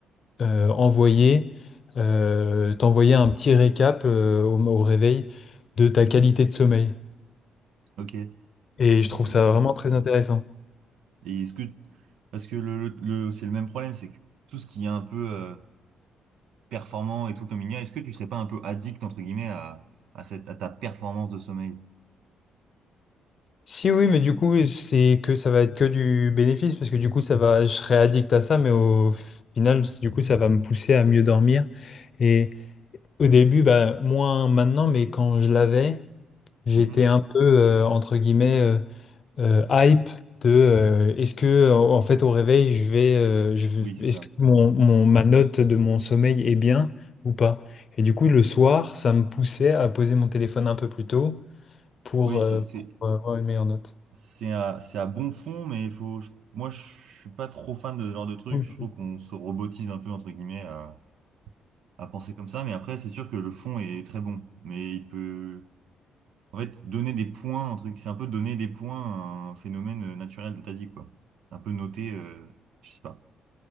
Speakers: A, on the left; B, on the right.
A: euh, envoyer, euh, t'envoyer un petit récap euh, au, au réveil de ta qualité de sommeil.
B: Ok.
A: Et je trouve
B: C'est
A: ça
B: intéressant.
A: vraiment très intéressant.
B: Et est-ce que, parce que le, le- le- c'est le même problème, c'est que tout ce qui est un peu euh, performant et tout comme il y a, est-ce que tu serais pas un peu addict, entre guillemets, à, à cette, à ta performance de sommeil?
A: Si oui, mais du coup, c'est que ça va être que du bénéfice, parce que du coup, ça va, je serai addict à ça, mais au final, du coup, ça va me pousser à mieux dormir. Et au début, bah, moins maintenant, mais quand je l'avais, j'étais
B: Mhm.
A: un peu, euh, entre guillemets, euh, euh, hype de euh, est-ce que en en fait au réveil je vais, euh, je vais-
B: Oui, c'est ça.
A: est-ce que mon, mon- ma note de mon sommeil est bien ou pas? Et du coup le soir ça me poussait à poser mon téléphone un peu plus tôt pour,
B: Oui,
A: euh,
B: c'est, c'est,
A: pour euh, avoir une meilleure note.
B: c'est à, c'est à bon fond, mais il faut, je- moi, je suis pas trop fan de ce genre de truc.
A: Cool.
B: Je trouve qu'on se robotise un peu, entre guillemets, à, à penser comme ça. Mais après, c'est sûr que le fond est très bon. Mais il peut, en fait, donner des points, un truc, c'est un peu donner des points à un phénomène euh, naturel de ta vie, quoi. Un peu noter, euh, je sais pas.